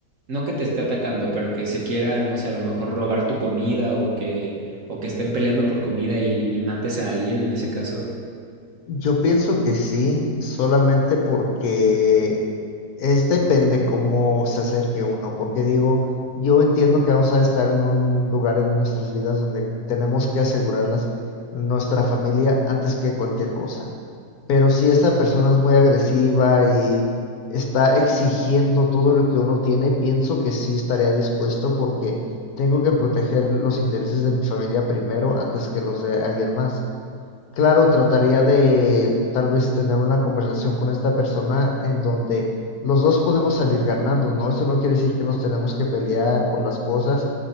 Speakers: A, on the right (about 55°); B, on the left (about 65°).
A: no que te esté atacando, pero que se quiera, no sé, a lo mejor robar tu comida o que, o que estén peleando por comida y, y mates a alguien en ese caso?
B: Yo pienso que sí, solamente porque es depende cómo se acerque uno, porque digo, yo entiendo que vamos a estar en un lugar en nuestras vidas donde tenemos que asegurar las- nuestra familia antes que cualquier cosa. Pero si esa persona es muy agresiva y está exigiendo todo lo que uno tiene, pienso que sí estaría dispuesto porque tengo que proteger los intereses de mi familia primero antes que los de alguien más. Claro, trataría de tal vez tener una conversación con esta persona en donde los dos podemos salir ganando, ¿no? Eso no quiere decir que nos tenemos que pelear por las cosas